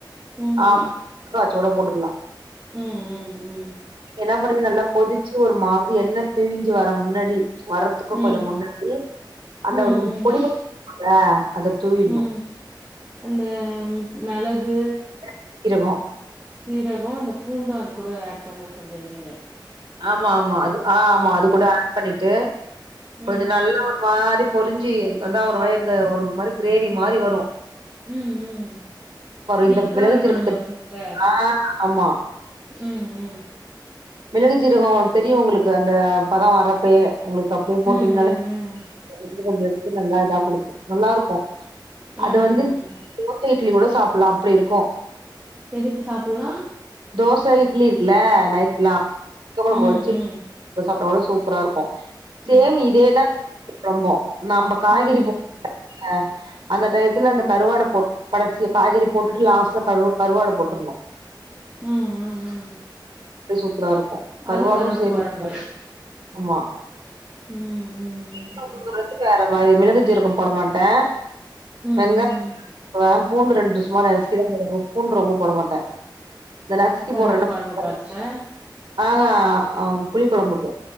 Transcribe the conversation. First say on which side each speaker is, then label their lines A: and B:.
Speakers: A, on the right; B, on the right.
A: ம், ம்,
B: ஆமா கத்திரிக்கா வெச்சா கூட போட்டுக்கலா
A: ம், ம்,
B: என்ன பண்ணுது நல்லா கொதிச்சு ஒரு மாதிரி எண்ணெ பிரிஞ்சு வர முன்னாடி வர்றதுக்கும்
A: ம்,
B: கொஞ்சோ முன்னாடி ச்சு அந்த
A: ம்,
B: ஒன்னு பொடி <unintelligible> இல்ல அத தூவிட்ணு
A: ம். அந்த மிளகு
B: மிளகு சீரகம்
A: சீரகம் அந்த பூண்டும் அது கூட ஹேட் பண்ணும் சொல்லியிருந்தீங்க
B: ஆமா ஆமா அது ஆ ஆமா அது கூட ஹேட் பண்ணிட்டு
A: ம்
B: கொஞ்சோ நல்ல ஒரு மாறி பொரிஞ்சி அத்தா ஒரு வயக்கு ஒரு மாறி கிரேவி மாறி வரும்
A: உம் உம் உம் திக்கா
B: இந்த மிளகு
A: இருக்கணு
B: சீரகத்த
A: மோசிஸ்ட
B: ஆ ஆமா
A: ம் ம்
B: மிளகுச்சீரகம் தெரியு உங்களுக்கு அந்த பதம் வர அப்பயே உங்களுக்கு அப்டியே போட்டீங்கனாலே
A: ம் ம் ம்
B: கொஞ்சோ கொஞ்சோ எடுத்து நல்லா இதா குடுக்கும் நல்லா இருக்கும் அது
A: ம்
B: வந்து
A: ம்
B: இட்லி கூட சாப்பிட்லா அப்பிடி இருக்கும்
A: எதுக்கு சாப்பிட்லா
B: தோசை இட்லி இருக்குல்ல நைட்ல்லா <unintelligible>
A: ம் ம்
B: இப்ப சாப்டா கூட சூப்பரா இருக்கும்
A: ஓ
B: சேம் இதேதா இரும்போ நம்ப காய்கறி
A: ம்
B: <unintelligible> அந்த டயத்துல
A: ம்
B: அந்த
A: ம்
B: கருவாட போட் கடைசியா காய்கறி போட்டுட்டு லாஸ்ட்ல கரு கருவாட போட்டன்னு
A: ம் ம்
B: அப்டியே சூப்பரா இருக்கும் கருவாடும்
A: அது கருவாட்டு
B: சேமிப்பும்
A: கொழம்பு
B: ஆமா
A: ம் ம்
B: <unintelligible>
A: ம்
B: தொட்டுக்க வேற மாறி மிளகு சீரகோ போட மாட்டே வெங்காய
A: ம் ம்
B: போடுவே பூண்டு ரெண்டு சும்மா நசிக்கிதா போடுவே பூண்டு ரொம்ப போட மாட்டே இந்த நசுக்கி
A: கருவாட்டு
B: போற்றன்னா
A: கொழம்புக்கா
B: <unintelligible>
A: சிஸ்டர்
B: ஆ அ புளி கொழம்புக்கு